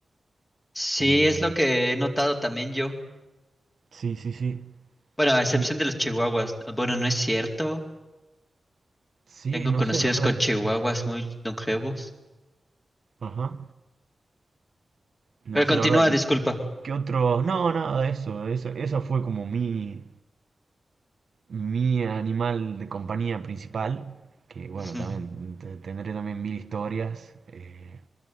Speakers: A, on the left; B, on the right.
A: Sí,
B: eh,
A: es lo que he notado también yo.
B: sí, sí, sí.
A: Bueno, a excepción
B: Y-
A: de los chihuahuas. Bueno, no es cierto.
B: sí,
A: Tengo
B: no
A: conocidos
B: sé, la verdad.
A: con chihuahuas muy longevos.
B: Ajá. No
A: Pero
B: sé,
A: continúa,
B: la verdad.
A: disculpa.
B: ¿Qué otros? No, nada de eso. Eso, eso fue como mi, mi animal de compañía principal. Que bueno,
A: Ujú.
B: también te- tendré también mil historias. eh,